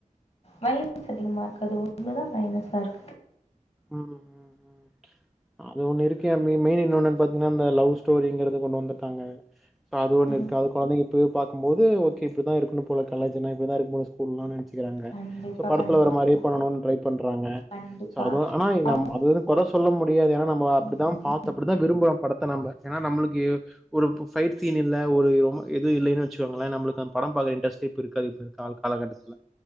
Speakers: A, on the left (about 50°); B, in the centre.
A: வைரஸ் அதிகமா இருக்கு அது ஒண்ணுதான் மைனஸா இருக்கு
B: உஹம் ம்ம் அது ஒண்ணு இருக்கு மெயின் இன்னொன்னுன்னு பாத்தீங்கன்னா இந்த லவ் ஸ்டோரிங்கறத கொண்டு வந்துடாங்க சோ அது ஒன்னு
A: ம்
B: இருக்கு அது கொழந்தைங்க போய் பாக்கும்போது ஒகே இப்பதான் இருக்கனும் போல கலாஜ்னா இப்படிதான் ஸ்கூல்லாம் நனைச்சு கிறாங்க
A: கண்டிப்பா
B: சோ படத்துல
A: கண்டிப்பா
B: வர மாரி பண்ணணும் ட்ரை பண்றாங்க
A: கண்டிப்பா
B: சோ அதுவும் ஆனா
A: அவங்களுக்கு
B: நம்ப அது குறை சொல்ல முடியாது ஏன்னா நம்ம அப்படிதான்
A: ம்
B: பாத்து அப்படிதான் விரும்புறோம் படத்தை நம்ம ஏன்னா நம்ளுக்கு க்கு ஒரு பைட் சீன் இல்ல ஒரு ரொம இது இல்லன்னு வச்சுகோகளேன் நம்மளுக்கு படம் பாக்கற இன்டெஸ்ட்டே இப்ப இருக்காது இப்ப இருக் கா கால கட்டத்தில